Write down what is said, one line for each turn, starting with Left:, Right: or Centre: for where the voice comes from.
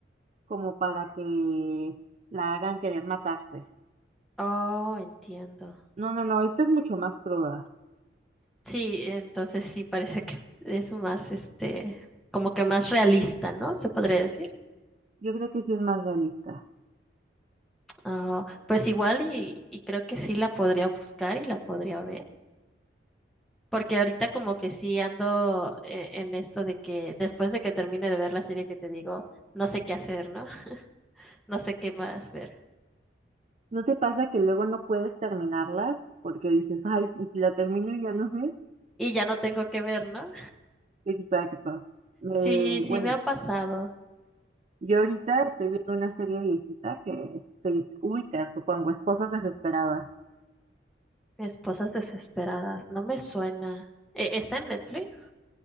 Right: como para que la hagan querer matarse.
Centre: Oh, entiendo.
Right: No, no, no, esta es mucho más cruda.
Centre: Sí, entonces sí parece que es más, este, como que más realista, ¿no? Se podría decir.
Right: Yo creo que sí es más realista.
Centre: Ah, pues igual y, y creo que sí la podría buscar y la podría ver, porque ahorita como que sí ando eh, en esto de que después de que termine de ver la serie que te digo, no sé qué hacer, ¿no? <laughs> No sé qué más ver.
Right: ¿No te pasa que luego no puedes terminarlas porque dices, ay, y si la termino y ya no sé?
Centre: Y ya no tengo que ver, ¿no?
Right: Exacto. Eh,
Centre: Sí, sí
Right: bueno,
Centre: me ha pasado.
Right: Yo ahorita estoy viendo una serie viejita que se ubica, supongo, Esposas Desesperadas.
Centre: Esposas desesperadas, no me suena. Eh, ¿está en Netflix?